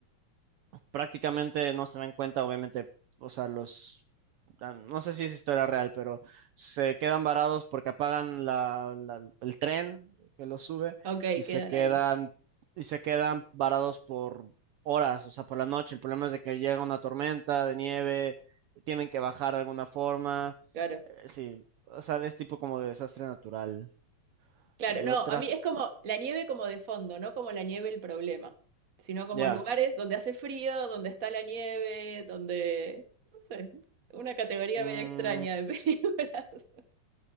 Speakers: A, on the right; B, on the right.
A: prácticamente no se dan cuenta, obviamente, o sea, los, ah, no sé si es historia real, pero se quedan varados porque apagan la, la- el tren que los sube
B: ok,
A: y se
B: quedan
A: quedan,
B: ahí.
A: y se quedan varados por horas, o sea, por la noche. El problema es de que llega una tormenta de nieve, tienen que bajar de alguna forma,
B: Claro.
A: eh, sí, o sea, es tipo como de desastre natural.
B: Claro,
A: De
B: no,
A: otra,
B: a mí
A: f-
B: es como la nieve como de fondo, no como la nieve el problema, sino como
A: ya.
B: lugares donde hace frío, donde está la nieve, donde, no sé, una categoría
A: Mm,
B: medio extraña de películas. <laughs>